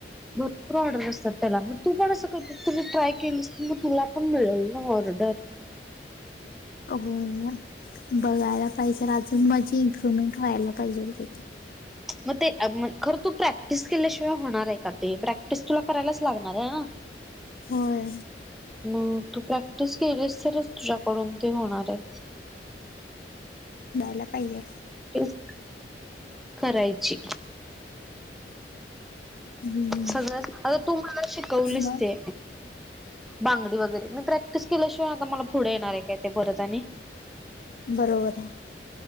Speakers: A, in the centre; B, on the left.
A: भर पूर ऑर्डर असतात त्याला म तू पण असं करते तुम्ही ट्राय केलीस ना मग तुला पण मिळेल ना ऑर्डर.
B: <unintelligible> बघायला पाहिजे रे अजून म व् <unintelligible> खायला पाहिजे तिथं.
A: म ते अम्म खरं तू प्रॅक्टिस केल्याशिवाय होणार आहे का ते प्रॅक्टिस तुला करायलाच लागणार हाय ना. <inaudible>
B: होय.
A: मग तू प्रॅक्टिस केलीस तरच तुझ्याकडून ते होणार आहे.
B: जायला पाहिजे.
A: प्रॅक्टिस करायची.
B: हम्म,
A: सगळं तू मला शिकवलीस
B: मग
A: ते बांगडी. मी प्रॅक्टिस केल्याशिवाय आता मला पुढे येणार आहे काय ते परत आणि.
B: बरोबर आहे.